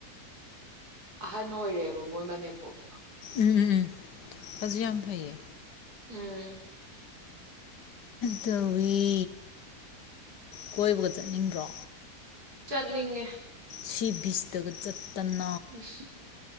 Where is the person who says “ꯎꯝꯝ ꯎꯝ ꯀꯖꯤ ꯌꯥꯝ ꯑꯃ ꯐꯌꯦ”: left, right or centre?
Left